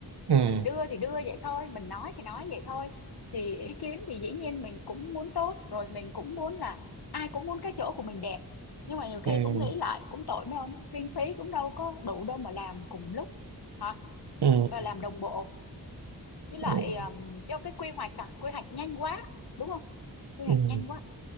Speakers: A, on the right; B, on the left.
A: ừ
B: mình đưa thì đưa vậy thôi mình nói thì nói vậy thôi thì ý kiến thì dĩ nhiên mình cũng muốn tốt rồi mình cũng muốn là ai cũng muốn cái chỗ của mình đẹp nhưng mà nhiều khi
A: ừ
B: cũng nghĩ lại cũng tội mấy ông kinh phí cũng đâu có đủ đâu mà làm cùng lúc hả
A: ừ
B: và làm đồng bộ với lại
A: ừ
B: um, do cái quy hoạch à quy hoạch nhanh quá đúng không quy
A: ừ,
B: hoạch nhanh quá